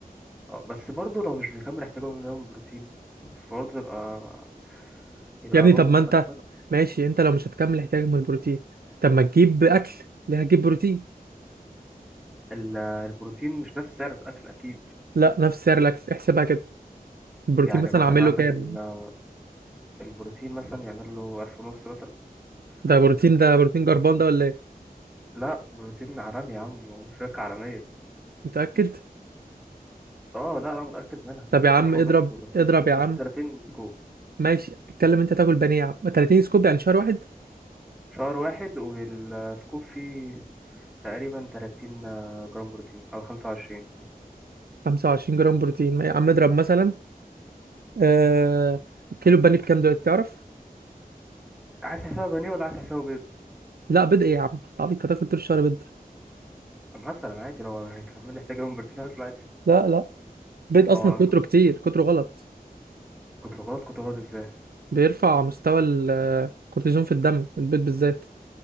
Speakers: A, in the centre; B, on the right.
A: أه بس برضه لو مش بيكمل احتياجه من اليوم بروتين برضه يبقى يبقى
B: يا ابني
A: برضه
B: طب ما
A: سؤال
B: انت
A: مهم
B: ماشي انت لو مش هتكمل احتياجك من البروتين طب ما تجيب اكل ليه هتجيب بروتين
A: ال- البروتين مش نفس سعر الأكل أكيد
B: لا نفس سعر الاكل احسبها كده البروتين
A: يعني
B: مثلا
A: مثلا
B: عامل
A: عندك
B: له كام
A: ال- البروتين مثلا يعمل له ألف ونص مثلا
B: ده بروتين
A: الأكل
B: ده بروتين جربان ده ولا ايه
A: لا بروتين عالمي يا عم وشركة عالمية
B: متاكد
A: اه لا أنا متأكد منها
B: طب يا عم
A: ألف
B: اضرب
A: ونص بس
B: اضرب يا عم
A: بس 30 سكوب
B: ماشي اتكلم انت تاكل بانيه يا عم 30 سكوب يعني شهر واحد
A: شهر واحد والسكوب فيه تقريبا 30 جرام بروتين أو 25
B: 25 جرام بروتين ما يا عم اضرب مثلا آه... كيلو بانيه بكام دلوقتي تعرف
A: عايز حسابه بانيه ولا عايز حسابه بيض
B: لا بيض ايه يا عم طب انت هتاكل طول الشهر بيض
A: مثلا عادي لو هيكمل لي احتياج من بروتين هاكله عادي
B: لا لا بيض اصلا
A: ما هو
B: كتره كتير كتره غلط
A: كتر غلط كتر غلط ازاي
B: بيرفع مستوى الكورتيزون في الدم البيض بالذات